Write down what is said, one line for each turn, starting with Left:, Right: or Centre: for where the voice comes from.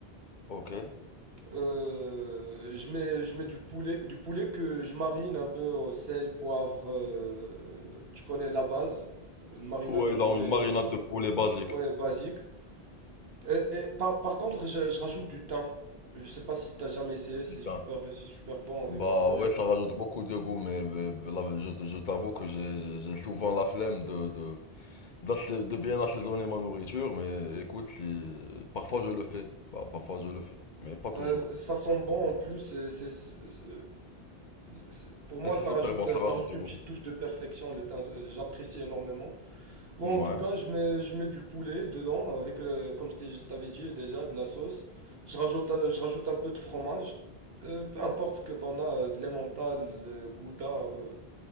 Left: Ok.
Right: Euh, je mets, je mets du poulet, du poulet que je marine un peu au sel, poivre. euh, tu connais la base, une marinade
Left: Ouais,
Right: de poulet,
Left: dans une marinade
Right: euh,
Left: de poulet basique.
Right: ouais, basique. Et, et par, par contre, je, je rajoute du thym. Je sais pas si t'as jamais essayé, c'est
Left: Putain.
Right: super, c'est super bon
Left: Bah
Right: avec du poulet.
Left: ouais, ça rajoute beaucoup de goût, mais, mais- mais là, je, je t'avoue que j'ai j'ai- j'ai souvent la flemme de, de, d'assai- de bien assaisonner ma nourriture, mais écoute, si... parfois je le fais. Bah parfois je le fais, mais pas toujours.
Right: Euh, ça sent
Left: Pas toujours,
Right: bon
Left: pas toujours.
Right: en plus. et c'est- c'est- c'est- c'est- pour moi,
Left: Et c'est
Right: ça
Left: super
Right: rajoute,
Left: bon, ça
Right: ça
Left: rajoute
Right: rajoute
Left: de
Right: une
Left: goût.
Right: petite touche de perfection. Le thym, euh, j'apprécie énormément. Bon,
Left: Ouais.
Right: en tout cas, je mets, je mets du poulet dedans avec, le, comme je t'ai- je t'avais dit déjà, de la sauce. Je rajoute, euh, je rajoute un peu de fromage. Euh, peu importe ce que t'en as, euh, de l'emmental, de gouda. euh,